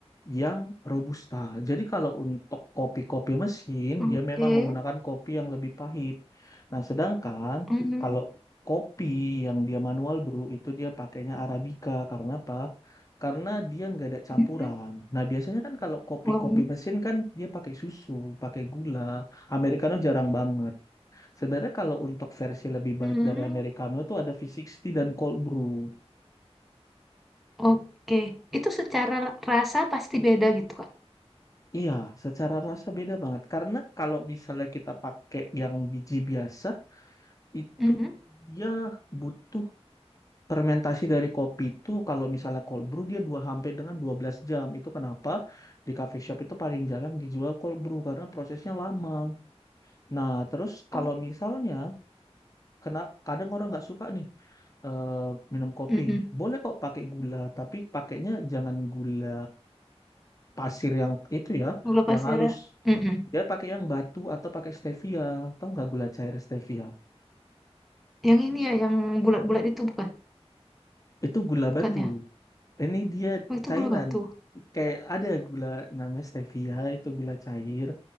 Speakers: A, on the left; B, in the centre.
A: yang robusta. Jadi kalau untuk kopi-kopi mesin,
B: Oke.
A: dia memang menggunakan kopi yang lebih pahit. Nah, sedangkan
B: Mm.
A: kalau kopi yang dia manual brew itu dia pakainya Arabica karena apa? karena dia nggak ada campuran.
B: Mm-mm.
A: Nah, biasanya kan kalau kopi-kopi
B: Long.
A: mesin kan dia pakai susu, pakai gula. Americano jarang banget. Sebenarnya kalau untuk versi lebih
B: Mm.
A: baik dari Americano itu ada V60 dan cold brew.
B: Oke. Itu secara rasa pasti beda gitu, Kak.
A: Iya, secara rasa beda banget. Karena kalau misalnya kita pakai yang biji biasa, itu
B: Mm-mm.
A: dia butuh fermentasi dari kopi itu kalau misalnya cold brew dia dua hampir dengan 12 jam. Itu kenapa di coffee shop itu paling jarang dijual cold brew karena prosesnya lama. Nah, terus kalau
B: Oh.
A: misalnya kena kadang orang nggak suka nih eh, minum kopi,
B: Mm-mm.
A: boleh kok pakai gula, tapi pakainya jangan gula pasir yang itu ya,
B: Gula pasir
A: yang halus.
B: ya. Mm-mm.
A: Dia pakai yang batu atau pakai stevia, tahu nggak gula cair stevia?
B: Yang ini ya, yang bulat-bulat itu bukan?
A: Itu gula
B: Bukan
A: batu.
B: ya?
A: Ini dia
B: Oh, itu
A: cairan.
B: gula batu.
A: Kayak ada gula namanya stevia, itu gula cair.